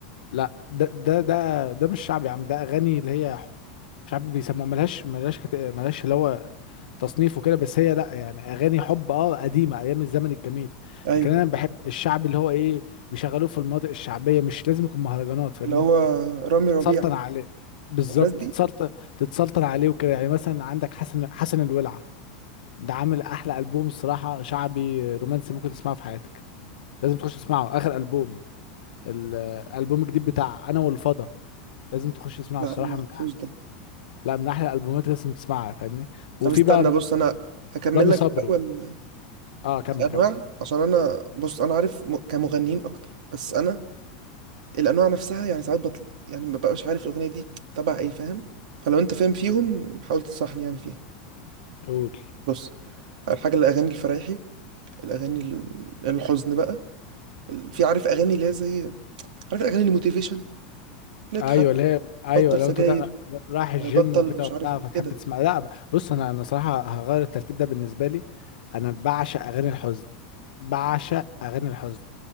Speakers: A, on the left (about 85°); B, on the right (about 70°).
A: لا ده ده ده ده مش شعبي يا عم ده اغاني اللي هي مش عارف بيسموها ملهاش ملهاش كت... ملهاش اللي هو تصنيف وكده بس هي لا يعني اغاني حب اه قديمه ايام الزمن الجميل
B: ايوه
A: لكن انا بحب الشعب اللي هو ايه بيشغلوه في المناطق الشعبيه مش لازم يكون مهرجانات فاهمني
B: اللي هو
A: لو
B: رامي
A: تتسلطن
B: ربيعه
A: عليه بالظبط
B: والناس دي
A: تتسلطن تتسلطن عليه وكده يعني مثلا عندك حسن حسن الولعه ده عامل احلى البوم الصراحه شعبي رومانسي ممكن تسمعه في حياتك لازم تخش تسمعه اخر البوم الالبوم الجديد بتاع انا والفضا لازم تخش تسمعه
B: لا
A: الصراحه
B: انا ما اعرفوش
A: من
B: ده
A: لا من احلى الالبومات اللي لازم تسمعها فاهمني
B: طب
A: وفي
B: استنى
A: بقى م-
B: بص انا هكمل
A: رامي
B: لك
A: صبري
B: الاول
A: اه كمل
B: الانواع
A: كمل
B: عشان انا بص انا عارف م... كمغنيين اكتر بس انا الانواع نفسها يعني ساعات بطل يعني ما ببقاش عارف الاغنيه دي تبع ايه فاهم فلو انت فاهم فيهم حاول تنصحني يعني فيها
A: قول
B: بص اول حاجه الاغاني الفرايحي الاغاني ال- الحزن بقى ال- في عارف اغاني اللي هي زي عارف الاغاني الموتيفيشن اللي تحرك
A: ايوه اللي هي ايوه
B: بطل الحمد لله
A: لو
B: سجاير
A: انت دا- رايح الجيم
B: آه، بطل
A: وكده
B: مش
A: وبتاع
B: عارف ايه
A: فتحب
B: كده
A: تسمع لا بص انا انا صراحه هغير الترتيب ده بالنسبه لي انا بعشق اغاني الحزن بعشق اغاني الحزن